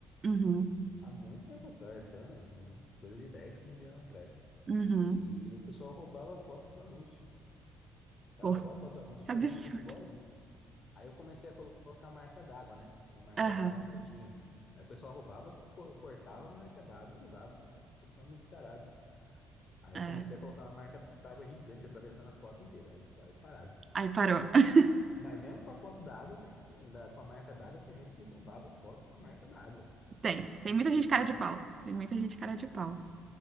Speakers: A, on the right; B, on the left.
A: Uhum,
B: Há muito tempo atrás, foi uma coisa de 10 15 anos atrás.
A: uhum.
B: E o pessoal roubava a foto do anúncio. O cara
A: Pô,
B: roubava a foto do anúncio
A: que
B: e fazia
A: absurdo.
B: um anúncio igualzinho. Aí eu comecei a colocar marca d'água, né? Uma marca
A: Aham,
B: d'água no cantinho. Aí o pessoal roubava, cor- cortava a marca d'água e usava. Falei, Meu, o pessoal é muito descarado. Aí
A: é.
B: eu comecei a colocar uma marca d'água gigante, atravessando a foto inteira. Aí, aí parado.
A: Aí parou. <laughs>
B: Mas mesmo com a foto d'água, tem- da- com a marca d'água, tinha gente que roubava foto com a marca d'água.
A: Tem,
B: Impressionante.
A: tem muita gente cara de pau. Tem muita gente cara de pau.